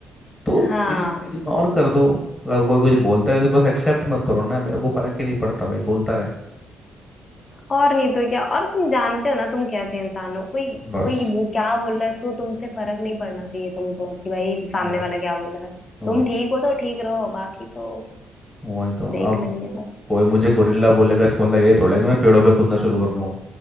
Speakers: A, on the left; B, on the left.
A: तो
B: हाँ
A: इग्नोर कर दो अगर कोई कुछ बोलता है तो बस एक्सेप्ट मत करो ना मेरे को फर्क ही नहीं पड़ता भाई बोलता रहे
B: और नहीं तो क्या और तुम जानते हो ना तुम कैसे इंसान हो कोई
A: बस
B: कोई वो क्या बोल रहा है सो तुमसे फर्क नहीं पड़ना चाहिए तुमको कि भाई सामने
A: वही
B: वाला क्या बोल रहा है
A: वही
B: तुम ठीक हो तो ठीक रहो बाकी तो
A: वही तो
B: देख
A: अब
B: लेंगे सब
A: कोई मुझे गोरिल्ला बोलेगा इसका मतलब ये थोड़ा है कि मैं पेड़ों पे कूदना शुरू कर दूंगा